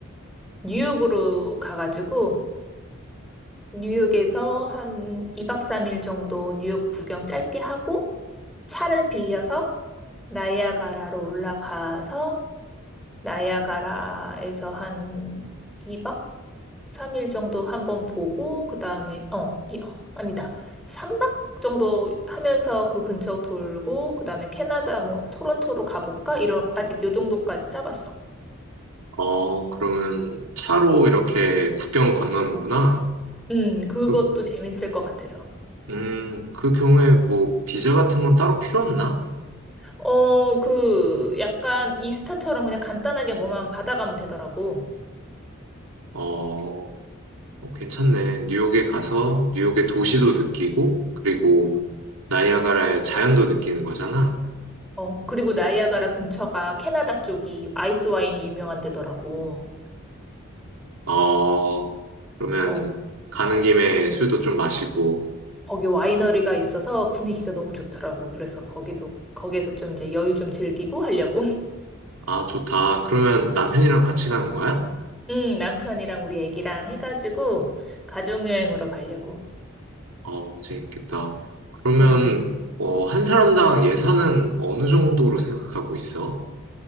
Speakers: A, in the centre; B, on the right.
A: 뉴욕으로 가가지고 뉴욕에서 한 2박 3일 정도 뉴욕 구경 짧게 하고 차를 빌려서 나이아가라로 올라가서 나이아가라에서 한 2박 3일 정도 한번 보고 그다음에 어, 이, 어 아니다. 3박 정도 하면서 그 근처 돌고 그다음에 캐나다 뭐 토론토로 가볼까? 이런 아직 요 정도까지 짜봤어.
B: 어, 그러면 차로 이렇게 국경을 건너는구나.
A: 음, 그것도
B: 그,
A: 재밌을 것 같아서.
B: 음, 그 경우에 뭐, 비자 같은 건 따로 필요 없나?
A: 어, 그, 약간 이스타처럼 그냥 간단하게 뭐만 받아가면 되더라고.
B: 어, 어, 괜찮네. 뉴욕에 가서 뉴욕의 도시도 느끼고, 그리고
A: 음.
B: 나이아가라의 자연도 느끼는 거잖아.
A: 어, 그리고 나이아가라 근처가 캐나다 쪽이 아이스 와인이 유명한 데더라고.
B: 어, 그러면
A: 어,
B: 가는 김에 술도 좀 마시고,
A: 거기 와이너리가 있어서 분위기가 너무 좋더라고. 그래서 거기도, 거기에서 좀 이제 여유 좀 즐기고 하려고.
B: 아, 좋다. 그러면 남편이랑 같이 가는 거야?
A: <laughs> 음, 남편이랑 우리 애기랑 해가지고 가족여행으로 가려고.
B: 어, 재밌겠다. 그러면,
A: 음.
B: 어, 한 사람당 예산은 어느 정도로 생각하고 있어?